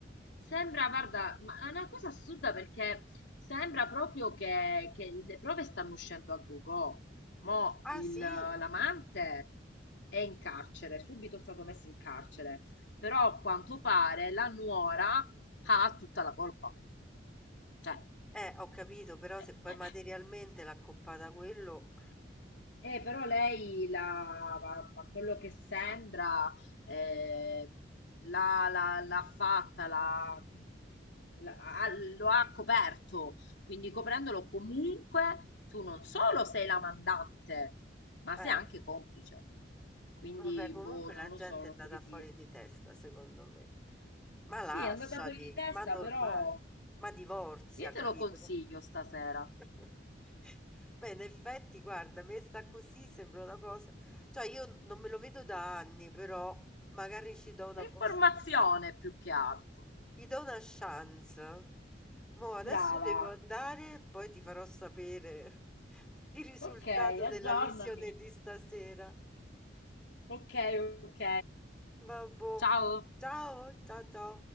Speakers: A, on the left (about 70°); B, in the centre.
A: Sembra, guarda, ma è una cosa assurda perché sembra proprio che, che le prove stanno uscendo a go-go. Mo'
B: Ah,
A: il-
B: sì?
A: l'amante è in carcere, subito è stato messo in carcere, però a quanto pare la nuora ha tutta la colpa. Cioè,
B: Eh, ho capito, però
A: eh,
B: se poi
A: eh.
B: materialmente l'ha accoppata a quello...
A: Eh, però lei, la, ma ma quello che sembra, eh, l'ha l'ha- l'ha fatta, l'ha, mh, l'ha- ha- lo ha coperto, quindi coprendolo comunque tu non solo sei la mandante, ma
B: Eh.
A: sei anche complice. Quindi,
B: Vabbè, comunque
A: boh, non
B: la
A: lo
B: gente
A: so, non
B: è andata
A: so che
B: fuori
A: dirti.
B: di testa, secondo me. Ma lasciati,
A: Sì, è andata fuori di testa,
B: ma normale,
A: però
B: ma divorzia,
A: io
B: capito?
A: te lo consiglio stasera.
B: <laughs> Beh, in effetti, guarda, messa così sembra una cosa. Cioè, io non me lo vedo da anni, però magari ci do una
A: È informazione
B: possibilità.
A: più che altro.
B: Gli do una chance. Mo' adesso
A: Brava.
B: devo andare, poi ti farò sapere <laughs> il risultato
A: Ok, aggiornami.
B: della visione di stasera.
A: Ok, ok.
B: Vabbò.
A: Ciao.
B: Ciao, ciao ciao.